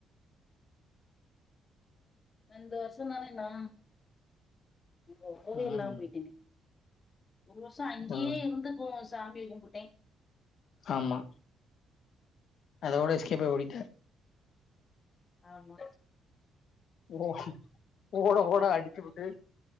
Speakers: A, on the left; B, on the left.
A: சந்தோசமா தா ஓ அப்பவே
B: ம்
A: எல்லாம் போயிட்டீங்க ஒரு வருஷம் அங்கயே
B: ம்
A: இருந்துக்கும் சாமி கும்புட்டேன்
B: ஆமா அதோட எஸ்கேப் ஆகி ஓடிட்ட
A: ஆமா
B: ஓ ஓட ஓட அடிச்சு விட்டு